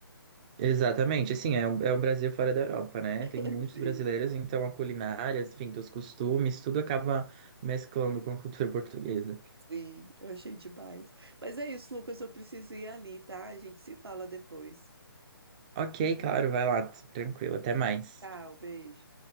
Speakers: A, on the right (about 20°); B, on the right (about 85°).
A: exatamente. Assim, é, o- é o Brasil fora da Europa, né?
B: <laughs>
A: Tem muitos
B: Sim,
A: brasileiros, então a culinária, enfim, os costumes, tudo acaba mesclando com a cultura portuguesa.
B: sim, eu achei demais. Mas é isso, Lucas, eu preciso ir ali, tá? A gente se fala depois.
A: Ok, claro, vai lá, tranquilo, até mais.
B: Tchau, beijo.